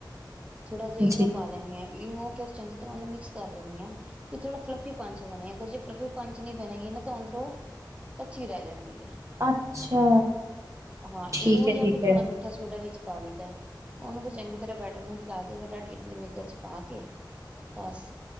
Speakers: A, on the right; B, on the right.
A: ਥੋੜਾ ਜਹਾ ਇਹਨੂੰ
B: ਜੀ
A: ਪਾ ਲੈਂਦੀ ਹਾਂ ਇਹਨੂੰ ਫਿਰ ਚੰਗੀ ਤਰ੍ਹਾਂ ਉਹਨੂੰ ਮਿਕਸ ਕਰ ਲੈਂਣੀ ਹਾਂ। ਕਿ ਥੋੜਾ ਫਲਫੀ ਪੰਚ ਬਣੇ ਅਗਰ ਜੇ ਫਲਫੀ ਪੰਚ ਨਹੀਂ ਬਣੇਗੀ ਨਾ ਤਾਂ ਅੰਦਰੋਂ ਕੱਚੀ ਰਹਿ ਜਾਂਦੀ ਹੈ।
B: ਅੱਛਾ
A: ਹਾਂ
B: ਠੀਕ
A: ਇਨੂੰ
B: ਹੈ
A: ਜਾਂ
B: ਠੀਕ
A: ਫਿਰ ਥੋੜ੍ਹਾ
B: ਹੈ।
A: ਮਿੱਠਾ ਸੋਡਾ ਵਿੱਚ ਪਾ ਲਈਦਾ ਉਹਨੂੰ ਫਿਰ ਚੰਗੀ ਤਰ੍ਹਾਂ ਬੈਟਰ ਨੂੰ ਹਿਲਾ ਕੇ ਫਟਾਟ ਇਟਲੀ ਮਿਕਰ ਚਾ ਪਾ ਕੇ ਬਸ